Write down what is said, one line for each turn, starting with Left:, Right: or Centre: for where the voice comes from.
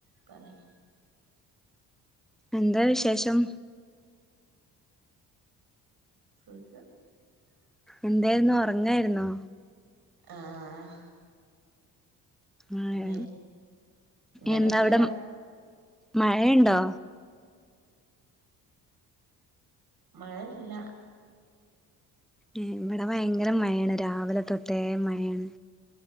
Right: പറയ്‌
Centre: എന്താ വിശേഷം
Right: സുഖം
Centre: എന്തായിര്ന്നു ഒർങ്ങായിരുന്നോ
Right: ആഹ്
Centre: ഏ
Right: ഇനി ഇങ്ങനെയൊക്കെ
Centre: എന്താ അവടെ
Right: പറ
Centre: മഴ ഇണ്ടോ
Right: മഴ ഇല്ല
Centre: ഏ ഇവടെ ഭയങ്കര മയേണ് രാവിലെ തൊട്ടേ മയെണ്